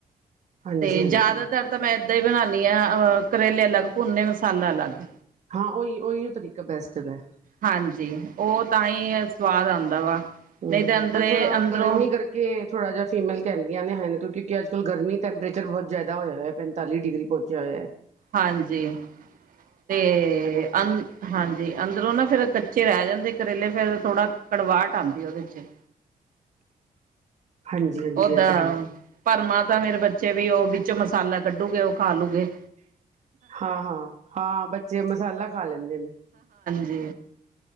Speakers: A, on the right; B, on the right.
A: ਹਾਂਜੀ
B: ਤੇ
A: ਹਾਂਜੀ
B: ਜਿਆਦਾਤਰ ਤਾਂ ਮੈਂ ਏਦਾਂ ਹੀ ਬਣਾ। ਅਹ ਕਰੇਲੇ ਅਲੱਗ ਭੁੰਨੇ ਮਸਾਲਾ ਅਲੱਗ।
A: ਹਾਂ ਉਹੀ-ਉਹੀ ਤਰੀਕਾ ਬੈਸਟ ਹੈਗਾ।
B: ਹਾਂਜੀ ਉਹ ਤਾਂ ਹੀ ਸਵਾਦ ਆਦਾ ਵਾ।
A: ਹੂੰ,
B: ਨਹੀਂ ਤੇ ਅੰਦਰੇ
A: ਪਰ ਥੋੜਾ
B: ਅੰਦਰੋਂ
A: ਗਰਮੀ ਕਰਕੇ ਥੋੜਾ ਜਿਹਾ ਫੀਮੇਲ ਕਹਿੰਦੀਆਂ ਨੇ, ਕਿਉਂਕਿ ਅੱਜ ਕੱਲ ਗਰਮੀ ਟੈਂਪਰੇਚਰ ਬਹੁਤ ਜ਼ਿਆਦਾ ਹੋਇਆ ਹੋਇਆ ਪੈਂਤਾਲੀ ਡਿਗਰੀ ਪਹੁੰਚਿਆ ਐ,
B: ਹਾਂਜੀ, ਤੇ ਅ ਹਾਂਜੀ ਅੰਦਰੋਂ ਨਾ ਫੇਰ ਕੱਚੇ ਰਹਿ ਜਾਂਦੇ ਕਰੇਲੇ ਫੇਰ ਥੋੜਾ। ਕੜਵਾਟ ਆਦੀ ਉਹਦੇ ਚ।
A: ਹਾਂਜੀ ਹਾਂਜੀ
B: ਓਦਾ
A: ਇਹ ਤਾਂ ਹੈ ਹੀ
B: ਭਰਮਾਂ ਤਾਂ ਮੇਰੇ ਬੱਚੇ। ਬੱਚੇ ਵੀ ਉਹ ਵਿੱਚ ਮਸਾਲਾ ਕੱਢੂਗੇ ਉਹ ਖਾ ਲੂਗੇ।
A: ਹਾਂ-ਹਾਂ-ਹਾਂ ਬੱਚੇ ਮਸਾਲਾ ਖਾ ਲੈਂਦੇ ਨੇ।
B: ਜੀ।